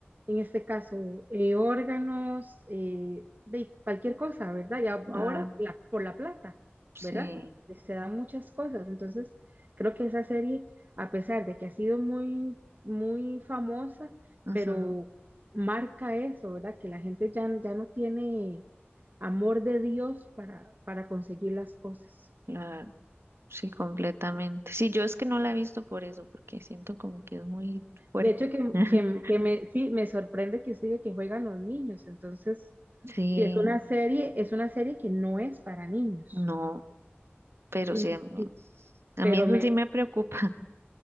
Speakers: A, on the right; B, on the right.
A: en este caso, eh, órganos, eh, de cualquier cosa, ¿verdad? Y a-
B: Claro,
A: ahora la- por la plata,
B: sí,
A: ¿verdad? Pues Se dan muchas cosas. Entonces, creo que esa serie, a pesar de que ha sido muy, muy famosa,
B: ujú,
A: pero marca eso, ¿verdad? Que la gente ya, ya no tiene amor de Dios para, para conseguir las cosas.
B: claro, sí, completamente. Sí, yo es que no la he visto por eso, porque siento como que es muy fuerte.
A: De hecho, que,
B: <laughs>
A: que, que me, sí, me sorprende que usted diga que juegan los niños. Entonces,
B: Sí,
A: y es una serie, es una serie que no es para niños.
B: no, pero
A: Inclusi-
B: sí, a mí, a
A: Pero
B: mí eso
A: me,
B: sí me preocupa.